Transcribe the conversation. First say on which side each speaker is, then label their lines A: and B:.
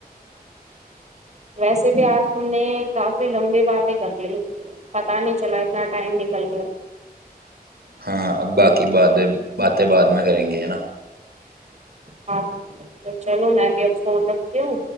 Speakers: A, on the right (about 45°); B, on the right (about 80°).
A: ویسے بھی آج ہم نے کافی لمبی باتیں کر لی پتا نہیں چلا اتنا ٹائم نکل گیا
B: ہاں اب باقی بات باتیں بعد میں کریں گے ہے نا
A: ہاں چلو میں بھی اب فون رکھتی ہوں